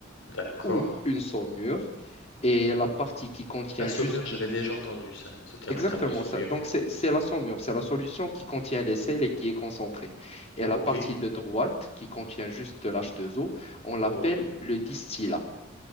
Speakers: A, on the left (about 80°); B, on the left (about 35°).
A: d'accord.
B: ou une saumure. Et la partie qui contient
A: La saumure,
B: juste...
A: j'avais
B: l-
A: déjà entendu ça, ce terme,
B: Exactement
A: le terme de saumure.
B: ça. Donc c'est c'est la saumure, c'est la solution qui contient les sels et qui est concentrée. Et
A: Ok,
B: la partie de droite qui contient juste de l'H2O, on l'appelle
A: ouais,
B: le distillat.